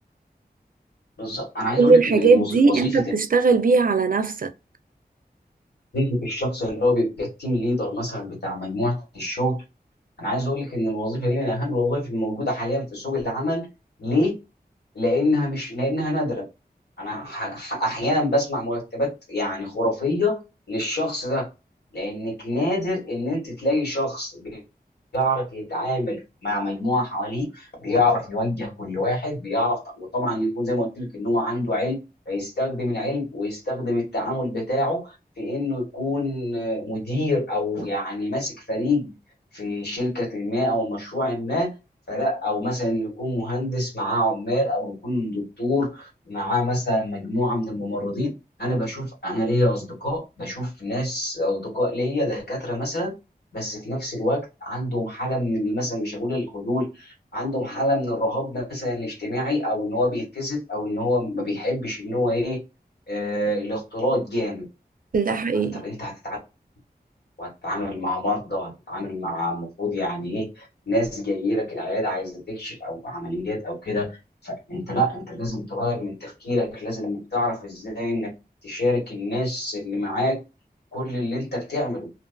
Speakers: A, on the left (about 80°); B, on the right (about 55°).
A: بالظبط انا عايز
B: كل
A: اقول لك
B: الحاجات
A: ان إن وظي-
B: دي
A: وظيفه
B: انت بتشتغل بيها على نفسك
A: وظيفه الشخص اللي هو بيبقى التيم ليدر مثلا بتاع مجموعه الشغل انا عايز اقول لك ان الوظيفه دي من اهم الوظائف الموجوده حاليا في سوق العمل ليه؟ لأنها مش لأنها نادرة انا ح- ح- احيانا بسمع مرتبات يعني خرافيه للشخص ده لانك نادر ان انت تلاقي شخص بيعرف يتعامل مع مجموعه حواليه بيعرف يوجه كل واحد بيعرف وطبعا يكون زي ما قلت لك ان هو عنده علم فيستخدم العلم ويستخدم التعامل بتاعه في انه يكون مدير او يعني ماسك فريق في شركه ما او مشروع ما فلا او مثلا يكون مهندس معاه عمال او يكون دكتور معاه مثلا مجموعه من الممرضين انا بشوف انا ليا اصدقاء بشوف ناس اصدقاء ليا دكاتره مثلا بس في نفس الوقت عندهم حاله من مثلا مش هقول الخجول عندهم حاله من الرهاب مثلا الاجتماعي او ان هو بيتكسف او ان هو ما بيحبش ان هو ايه آه الاختلاط جامد
B: ده حقيقي
A: طب انت هتتعامل وهتتعامل مع مرضى وهتتعامل مع المفروض يعني ايه ناس جايه لك العياده عايزه تكشف او عمليات او كده فانت لا انت لازم تغير من تفكيرك لازم انك تعرف ازاي انك تشارك الناس اللي معاك كل اللي انت بتعمله